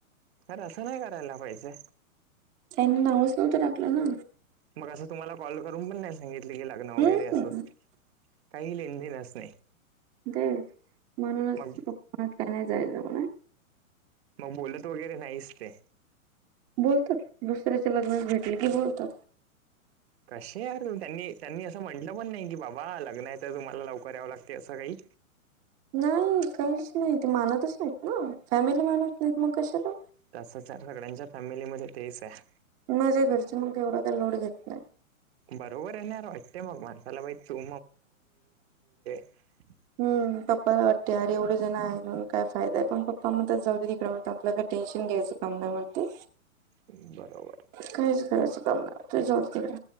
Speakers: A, on the right; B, on the right.
A: अर असं नाही करायला पाहिजे
B: टेन नाऊस नव्हतं टाकला ना
A: मग असं तुम्हाला कॉल करून पण नाही सांगितले की लग्न वगैरे
B: हम्म
A: असं काही लेन देनच नाही
B: ते म्हणूनच
A: मग
B: पपा म्हणतात कायनाय जायच म्हणे
A: मग बोलत वगैरे नाहीच ते
B: बोलतात दुसऱ्याच्या लग्नात भेटले की बोलतात
A: कसे यार त्यांनी, त्यांनी असं म्हटलं पण नाही की बाबा लग्न आहे तर तुम्हाला लवकर यावं लागते असं काही
B: नाही काहीच नाही ते मानतच नाही ना फॅमिली मानत नाहीत मग कशाला
A: तसंच आहे सगळ्यांच्या फॅमिलीमध्ये तेच आहे
B: माझ्या घरची मग एवढा काय लोड घेत नाही
A: बरोबर आहे ना यार वाटते मग माणसाला बाई चू <unintelligible>
B: हम्म पप्पाला वाटते अरे एवढे जण आहेत म्हणून काय फायदाय पण पप्पा म्हणतात जाऊ तिकडे म्हण आपला का टेन्शन घ्यायचं काम नाई म्हणते
A: बरोबर
B: काहीच करायचं काम नाही ते जाऊदे तिकडे